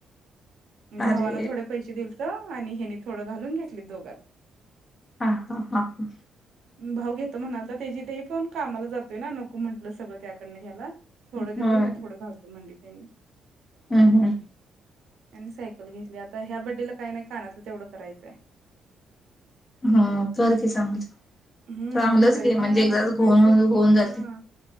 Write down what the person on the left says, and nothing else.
अरे
आ हा हा हा.
होय
हम्म हम्म.
हा चर की सांगतो.
चांगलंच
घे
म्हणजे एकदाच घो
होऊन जातय.